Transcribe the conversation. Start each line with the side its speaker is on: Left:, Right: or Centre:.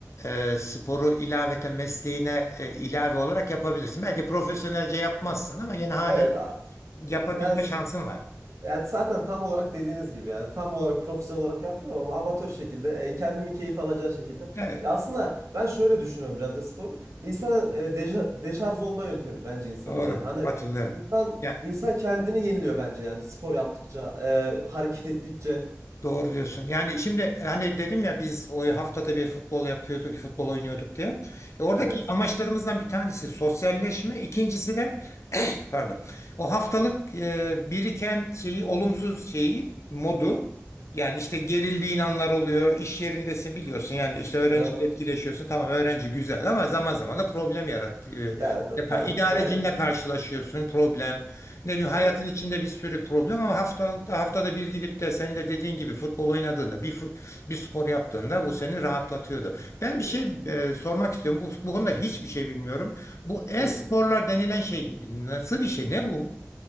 Left: Ee, sporu ilaveten mesleğine e, ilave olarak yapabilirsin. Belki profesyonelce yapmazsın ama yine halen
Right: evet a-
Left: yapabilme
Right: yani
Left: şansın var.
Right: Ya zaten tam olarak dediğiniz gibi yani tam olarak profesyonel olarak yapmıyorum ama amatör şekilde e, kendimi keyif alacağı şekilde.
Left: Evet,
Right: Ya aslında ben şöyle düşünüyorum biraz da sporu. İnsana e, deja- deşarj olma yöntemi bence insanın
Left: doğru.
Right: yani. Hani
Left: Hatırlıyorum.
Right: insan
Left: Yani
Right: insan kendini yeniliyor bence yani spor yaptıkça, e, hareket ettikçe.
Left: doğru diyorsun. Yani şimdi hani dedim ya biz o haftada bir futbol yapıyorduk, futbol oynuyorduk diye. E, oradaki
Right: Evet.
Left: amaçlarımızdan bir tanesi sosyalleşme, ikincisi de <clears throat> pardon. O haftalık e, biriken şeyi olumsuz şeyi modu yani işte gerildiğin anlar oluyor. iş yerindesin biliyorsun. Yani işte öğrenciyle
Right: Ee,
Left: etkileşiyorsun. Tamam öğrenci güzel ama zaman zaman da problem yarattı. e,
Right: ya ta-
Left: Yapan
Right: tabii
Left: idarecinle
Right: ki. e,
Left: karşılaşıyorsun problem. Ne bileyim hayatın
Right: evet.
Left: içinde bir sürü problem ama haftada haftada bir gidip de senin de dediğin gibi futbol oynadığında bir fut- bir
Right: Evet.
Left: spor yaptığında bu seni rahatlatıyordu. Ben
Right: Ya,
Left: bir şey e, sormak istiyorum. Bu, bu konuda hiçbir şey bilmiyorum. Bu e-sporlar
Right: buyurun.
Left: denilen şey nasıl bir şey? Ne bu?